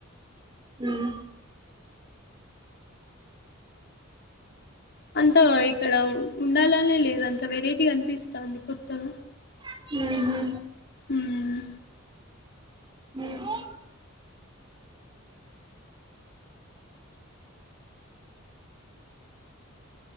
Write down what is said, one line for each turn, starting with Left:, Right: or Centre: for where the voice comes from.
Right: హ్మ్మ్
Left: అంత ఇక్కడ ఉండాలనే లేదు, అంత వెరైటీ అనిపిస్తంది కొత్తగ.
Right: మ్ హు
Left: హ్మ్
Right: హ్మ్